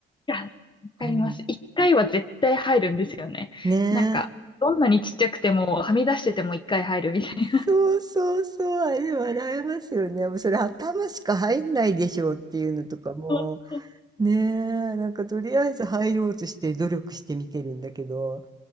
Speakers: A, on the left; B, on the right.
A: や、わかります。
B: うん、
A: 一回は絶対入るんですよね。
B: ね
A: なんか、
B: え。
A: どんなにちっちゃくても、はみ出してても一回入るみたいな。
B: そうそうそう、あれ笑えますよね。もうそれ頭しか入んないでしょうっていうのとかも、
A: そうそう
B: ねえ、なんかとりあえず入ろうとして努力して見てるんだけど、